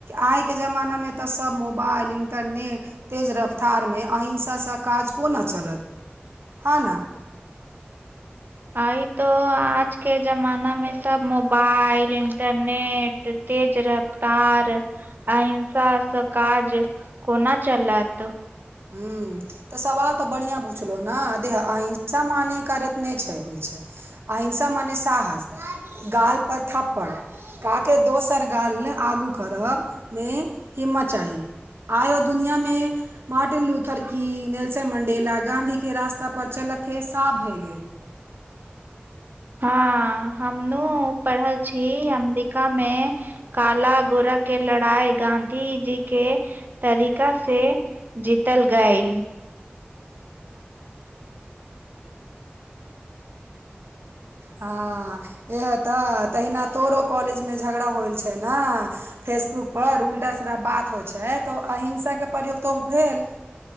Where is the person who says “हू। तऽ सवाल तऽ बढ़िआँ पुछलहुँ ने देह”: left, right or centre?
Right